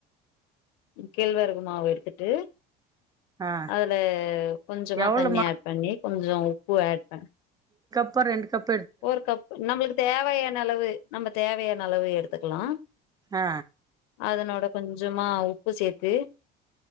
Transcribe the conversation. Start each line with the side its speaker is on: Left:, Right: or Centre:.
Left: கேழ்வரகு மாவு எடுத்துட்டு
Right: ஆ
Left: அதுல கொஞ்சமா
Right: எவ்வளோமா
Left: தண்ணி ஆட் பண்ணி கொஞ்சொ உப்பு ஆட் பண்
Right: ப ரெண்டு கப்
Left: ஒரு கப்பு நம்ளுக்கு தேவையான அளவு நம்ப தேவையா னளவு எடுத்துக்கலா
Right: ஆ
Left: அதனோட கொஞ்சமா உப்பு சேத்து